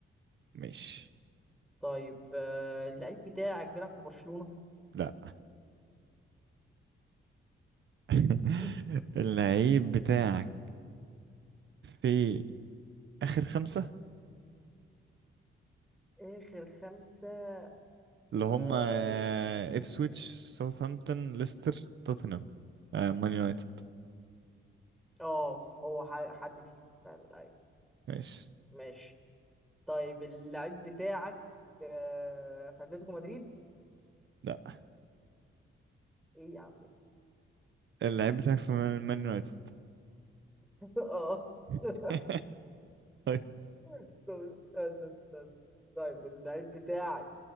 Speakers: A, on the right; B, in the centre.
A: ماشي
B: طيب آه، اللعيب بتاعك بيلعب في برشلونة
A: لا <laughs>
B: <laughs>
A: اللعيب بتاعك في آخر خمسة
B: اخر خمسة
A: اللي هم
B: اه
A: آه، إبسويتش ساوثهامبتون ليستر توتنهام آه، مان يونايتد
B: آه، هو ح- حد فيهم فعلا
A: ماشي
B: ماشي طيب اللعيب بتاعك آه، في اتلتيكو مدريد
A: لا
B: ايه يا عم
A: اللعيب بتاعك في مان مان يونايتد
B: انت؟ <laughs> اه
A: <laughs>
B: <laughs>
A: طيب
B: طب استنى استنى طيب اللعيب بتاعك